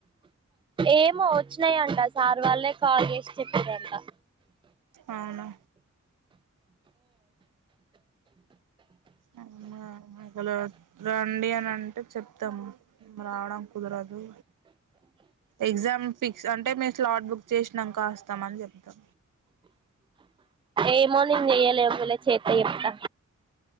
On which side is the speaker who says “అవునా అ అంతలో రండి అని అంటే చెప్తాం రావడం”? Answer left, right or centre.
Right